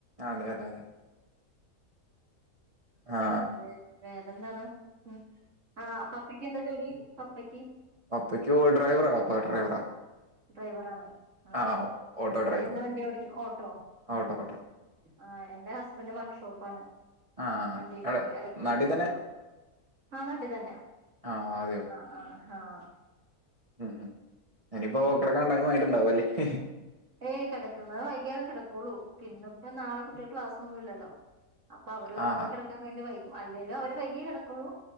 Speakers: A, on the right (about 35°); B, on the right (about 55°).
A: ആഹ് അതെ അതെ അതെ ആ
B: ആഹ് വേറെന്താണ് ഉം ആഹ് പപ്പയ്ക്കെന്താ ജോലി പപ്പയ്ക്ക്
A: പപ്പക്ക് ഓൾഡ് ഡ്രൈവറാ പപ്പ ഡ്രൈവറാ
B: ഡ്രൈവറാണോ ആഹ്
A: ആ ഓട്ടോ ഡ്രൈവർ
B: എന്ത് വണ്ടിയാ ഓടിക്കുന്ന് ഓട്ടോ ഉം
A: ഓട്ടോ ഓട്ടോ
B: ആഹ് എന്റെ ഹസ്ബൻ്റ് വർക്ക്ഷോപ്പാണ്
A: ആ
B: വണ്ടീടെ
A: എവിടെ
B: ഇലക്ട്രിക്ക്
A: നാട്ടിൽ
B: വർക്ക്ഷോപ്പ്
A: തന്നെ
B: ആ നാട്ടി തന്നെ
A: ആഹ് അതെയോ
B: അഹ് അഹ് ആഹ്
A: ഉം ഇനിയിപ്പോ കെടക്കാൻ ടൈമായിട്ടുണ്ടാവും അല്ലേഹ്
B: ഏയ് കെടക്കുന്നത് വൈകിയാ കിടക്കൂള്ളൂ പിന്നിപ്പ നാളെ കുട്ട്യൾക്ക് ക്ലാസ്സൊന്നുല്ലല്ലോ അപ്പൊ അവര് ഒന്നും
A: ആ
B: കൂടെ കെടക്കാൻ വേണ്ടി വൈകും അല്ലേലും അവര് വൈകിയേ കെടക്കൊള്ളൂ